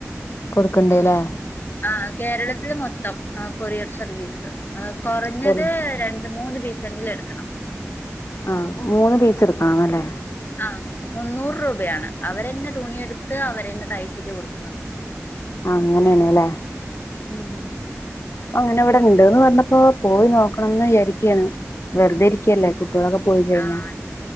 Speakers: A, on the left; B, on the left.
A: കൊടുക്ണ്ട്ല്ലേ?
B: ആഹാ കേരളത്തില് മൊത്തം ആഹ് കൊറിയർ സർവീസ് കൊറഞ്ഞത്
A: കൊറ
B: ര ഒരു മൂന്ന് പീസെങ്കിലും എട്ക്കണം.
A: ആ മൂന്ന് പീസ് എടുക്കണന്നല്ലേ?
B: ആഹ് മുന്നൂറ് രൂപയാണ് അവരെന്നെ തുണിയെടുത്ത് അവരെന്നെ തയ്ച്ചിട്ട് കൊടുക്കുന്നത്.
A: അങ്ങനേണ്ല്ലേ?
B: ഉം
A: അങ്ങനെവ്ടെ ഇണ്ട്ന്ന് പറഞ്ഞപ്പോ പോയി നോക്കണംന്ന് വിചാരിക്കാണ് വെറുതെ ഇരികല്ലേ. കുട്ടോളൊക്കെ പോയി കഴിഞ്ഞ
B: ആഹ്